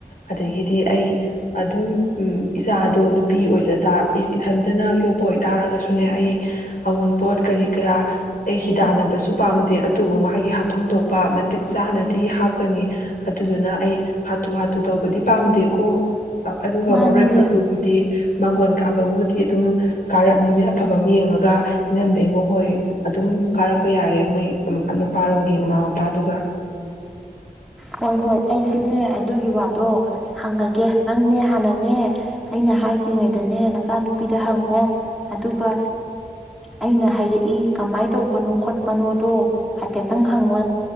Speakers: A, on the left; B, in the centre.
A: ꯑꯗꯥꯒꯤꯗꯤ ꯑꯩ ꯑꯗꯨꯝ ꯏꯆꯥꯗꯣ ꯅꯨꯄꯤ ꯑꯣꯏꯖ ꯏꯊꯟꯗꯅ ꯌꯣꯛꯄ ꯑꯣꯏꯇꯥꯥꯔꯒꯁꯨꯅꯦ ꯑꯩ ꯑꯎꯟꯄꯣꯠ ꯀꯔꯤ ꯀꯔꯥ ꯑꯩ ꯍꯤꯗꯥꯟꯅꯕꯁꯨ ꯄꯥꯝꯗꯦ ꯑꯗꯨꯕꯨ ꯃꯥꯒꯤ ꯍꯥꯞꯐꯝ ꯊꯣꯛꯄ ꯃꯇꯤꯛ ꯆꯥꯅꯗꯤ ꯍꯥꯞꯀꯅꯤ ꯑꯗꯨꯗꯨꯅ ꯑꯩ ꯍꯥꯊꯨ ꯍꯥꯊꯨ ꯇꯧꯕꯗꯤ ꯄꯥꯝꯗꯦꯀꯣ ꯑꯗꯨꯒ
B: ꯃꯥꯅꯤꯅꯦ
A: ꯋꯥꯔꯣꯏ ꯄꯣꯠ ꯄꯨꯕꯗꯤ ꯃꯥꯡꯒꯣꯟ ꯀꯥꯕꯕꯨꯗꯤ ꯑꯗꯨꯝ ꯀꯥꯔꯛ ꯅꯨꯃꯤꯠ ꯑꯐꯕ ꯑꯃ ꯌꯦꯡꯉꯒ ꯏꯅꯝꯕꯦꯝꯃꯥ ꯍꯣꯏ ꯑꯗꯨꯝ ꯀꯥꯔꯛꯄ ꯌꯥꯔꯦ ꯃꯣꯏ ꯅꯨꯄꯥꯔꯣꯝꯒꯤ ꯃꯃꯥ ꯃꯄꯥꯗꯨꯒ
B: ꯍꯣꯏ ꯍꯣꯏ ꯑꯩꯁꯤꯅꯦ ꯑꯗꯨꯒꯤ ꯋꯥꯗꯣ ꯍꯪꯉꯒꯦ ꯅꯪꯅꯦ ꯍꯥꯟꯅꯅꯦ ꯑꯩꯅ ꯍꯥꯏꯗ꯭ꯔꯤꯉꯩꯗꯅꯦ ꯅꯆꯥꯅꯨꯄꯤꯗ ꯍꯪꯉꯣ ꯑꯗꯨꯒ ꯑꯩꯅ ꯍꯥꯏꯔꯛꯏ ꯀꯃꯥꯏꯅ ꯇꯧꯕꯅꯣ ꯈꯣꯠꯄꯅꯣꯗꯣ ꯍꯥꯏꯐꯦꯠꯇꯪ ꯍꯪꯉꯣ